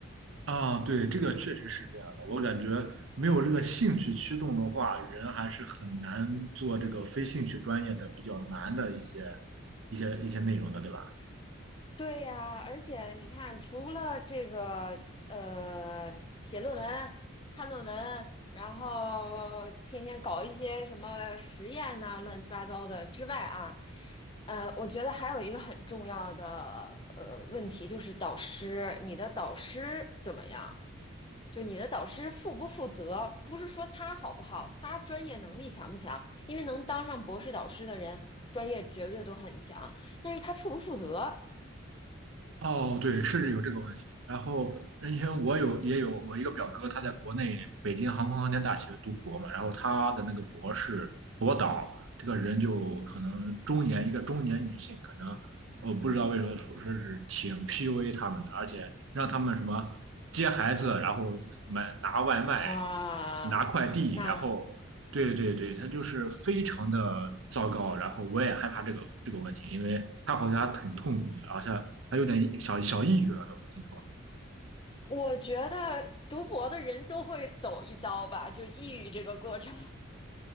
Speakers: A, on the right (about 70°); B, on the left (about 25°).
A: 啊，对，这个确实是这样的。我感觉没有这个兴趣驱动的话，人还是很难做这个非兴趣专业的比较难的一些一些一些内容的，对吧？
B: 对呀，而且你看，除了这个呃写论文、看论文，然后天天搞一些什么实验呐、乱七八糟的之外啊，呃，我觉得还有一个很重要的呃问题就是导师，你的导师怎么样？就你的导师负不负责？不是说他好不好，他专业能力强不强？因为能当上博士导师的人，专业绝对都很强，但是他负不负责？
A: 哦，对，是有这个问题。然后，因为我有也有我一个表哥，他在国内北京航空航天大学读博嘛，然后他的那个博士博导这个人就可能中年一个中年女性，可能我不知道为什么说说是挺 PUA 他们的，而且让他们什么接孩子，然后买拿外卖、
B: 哇，
A: 拿快递，
B: 那
A: 然后对对对，他就是非常的糟糕，然后我也害怕这个这个问题，因为他好像还挺痛苦的，好像还有点小小抑郁了都，听说
B: 我觉得读博的人都会走一遭吧，就抑郁这个过程。